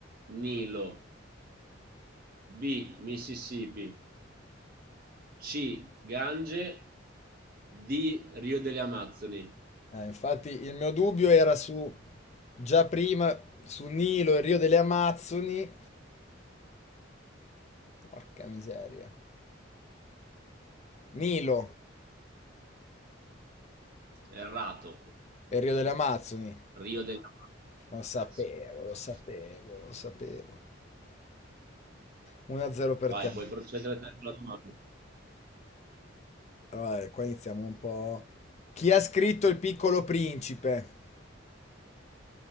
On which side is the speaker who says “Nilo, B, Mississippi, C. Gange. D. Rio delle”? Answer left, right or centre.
Right